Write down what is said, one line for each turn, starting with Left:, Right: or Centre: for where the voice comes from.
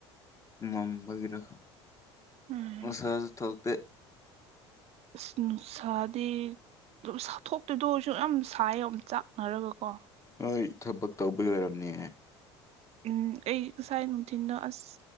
Left: ꯃꯝꯕꯒꯤꯔ ꯈꯪꯗꯦ
Right: ꯎꯝ
Left: ꯃꯁꯥꯖꯨ ꯊꯣꯛꯇ
Right: ꯑꯁ ꯅꯨꯡꯁꯥꯗꯤ ꯑꯗꯨꯝ ꯁꯥꯊꯣꯛꯇꯣꯏꯗ ꯑꯣꯏꯔꯁꯨ ꯌꯥꯝ ꯁꯥꯏꯌꯦ ꯑꯝꯇꯥꯛ ꯑꯔꯒꯀꯣ
Left: ꯍꯣꯏ ꯊꯕꯛ ꯇꯧꯕꯩ ꯑꯣꯏꯔꯝꯅꯦ
Right: ꯎꯝ ꯑꯩ ꯉꯁꯥꯏ ꯅꯨꯡꯊꯤꯟ ꯗ ꯑꯁ